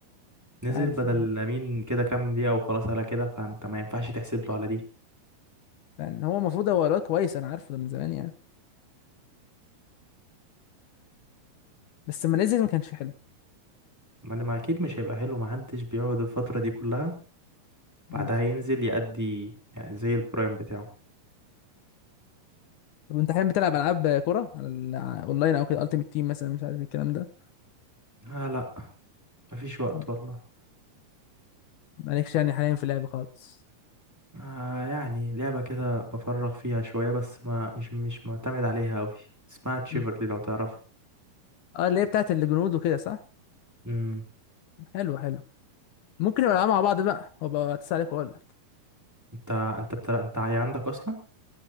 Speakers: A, in the centre; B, on the left.
A: نزل
B: مش عارف
A: بدل
B: يعني
A: لامين كده كام دقيقه وخلاص على كده فانت ما ينفعش تحسب له على دي
B: لان هو المفروض هو الواد كويس انا عارفه ده من زمان يعني بس لما نزل ما كانش حلو
A: ما انا ما اكيد مش هيبقى حلو ما حدش بيقعد الفتره دي كلها
B: مم.
A: بعدها ينزل يأدي يعني زي البرايم بتاعه
B: طب انت حاليا بتلعب العاب كوره على ال- ع- اونلاين او كده التيمت تيم مثلا مش عارف الكلام ده
A: آه لا مفيش وقت
B: اه
A: والله
B: مالكش يعني حاليا في اللعب خالص
A: آه يعني لعبة كده بفرغ فيها شوية بس ما مش مش معتمد عليها أوي اسمها تشيفرلي
B: مم.
A: لو تعرفها
B: اه اللي هي بتاعت الجنود وكده صح
A: امم
B: حلو حلو ممكن نبقى نلعب مع بعض بقى هبقى اتصل عليك واقول لك
A: انت انت بتلع... انت عي- عندك اصلا